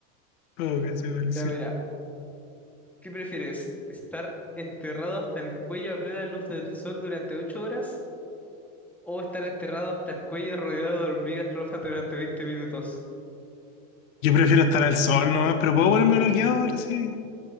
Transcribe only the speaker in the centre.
Ya, mira, ¿qué prefieres? ¿Estar enterrado hasta el cuello a plena luz del sol durante ocho horas O estar enterrado hasta el cuello rodeado de hormigas rojas durante veinte minutos.